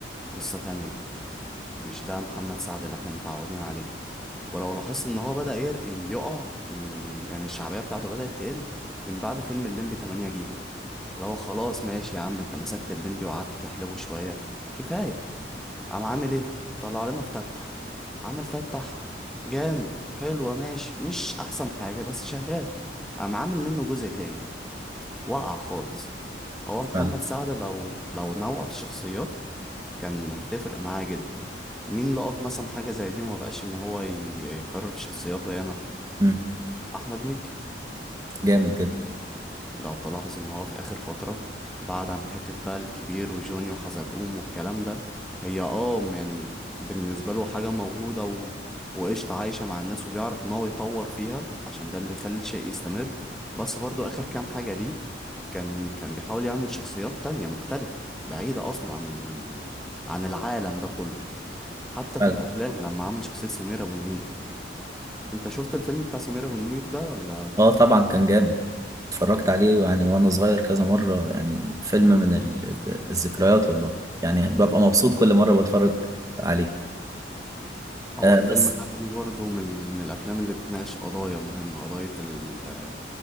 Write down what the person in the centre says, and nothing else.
قصة تانية مش ده محمد سعد اللي احنا متعودين عليه ولو لاحظت ان هو بدأ ير- يقع ال- يعني الشعبية بتاعته بدأت تقل من بعد فيلم الليمبي 8 جيجا اللي هو خلاص ماشي يا عم انت مسكت الليمبي وقعدت تحلبه شوية كفاية قام عامل ايه طلع لنا فتتح عمل فتتح جامد حلوة ماشي مش احسن حاجة بس شغال قام عامل منه جزء تاني وقع خالص هو محمد
سعد لو لو نوع في الشخصيات كان هتفرق معاه جدا مين لقط مثلا حاجة زي دي وما بقاش ان هو ي- يكرر في شخصياته ياما
احمد مكي
لو تلاحظ ان هو في اخر فترة بعد عن حتة بقى الكبير وجوني وحزلقوم والكلام ده هي اه يعني بالنسبة له حاجة موجودة و... وقشطة عايشة مع الناس وبيعرف ان هو يطور فيها عشان ده اللي يخلي الشيء يستمر بس برضو اخر كام حاجة ليه كان كان بيحاول يعمل شخصيات تانية مختلفة بعيدة اصلا عن ال... عن العالم ده كله حتى
في الافلام لما عمل شخصية سمير ابو النيل انت شفت الفيلم بتاع سمير ابو النيل ده ولا
هو
الفيلم
ده يعني برضه من, ال- من الأفلام اللي بتناقش قضايا مهمة قضية ال...